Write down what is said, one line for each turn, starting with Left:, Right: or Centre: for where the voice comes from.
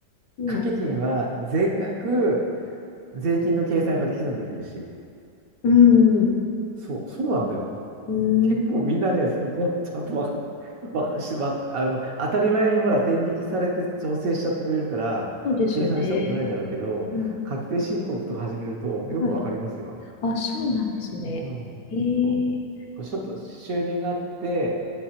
Left: ね
Right: 掛け金は全額税金の計算が適算できるし、
Left: うん。
Right: そう、そうなんだよ。
Left: うん。
Right: 結構みんなね、そこちゃんと分かっ、<laughs> わかし、わあの、当たり前にほら、天引きされて調整しちゃってくれるから、
Left: そうですね。
Right: 計算したことないだろうけど、
Left: うん。
Right: 確定申告とか始めるとよくわかりますよ。
Left: はい。あ、そうなんですね。
Right: うん。
Left: えー。
Right: そう。こうちょっと収入があって、